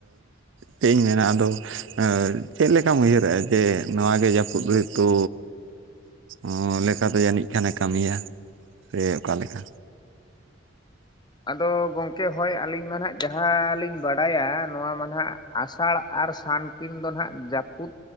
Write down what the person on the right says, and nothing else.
ᱪᱮᱫ ᱤᱧ ᱢᱮᱱᱟ ᱟᱫᱚ ᱪᱮᱫ ᱞᱮᱠᱟᱢ ᱩᱭᱦᱟᱹᱨᱮᱜᱼᱟ ᱡᱮ ᱱᱚᱣᱟᱜᱮ ᱡᱟᱹᱯᱩᱫ ᱨᱤᱛᱩ ᱚᱸ ᱞᱮᱠᱟᱛᱮ ᱡᱟᱹᱱᱤᱡ ᱠᱷᱟᱱᱮ ᱠᱟᱹᱢᱤᱭᱟ ᱥᱮ ᱚᱠᱟᱞᱮᱠᱟ?